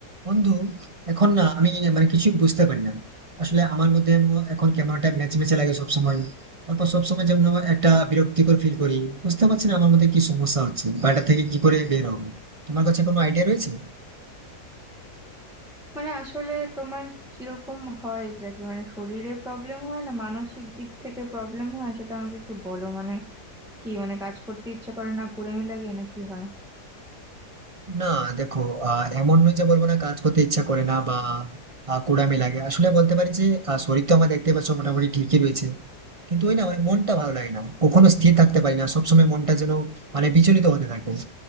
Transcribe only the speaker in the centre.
মানে আসলে তোমার কিরকম হয় এক্স্যাক্টলি মানে শরীরে প্রবলেম হয় না মানসিক দিক থেকে প্রবলেম হয় সেটা আমাকে একটু বলো মানে কি মানে কাজ করতে ইচ্ছে করে না কুড়েমি লাগে না কি হয়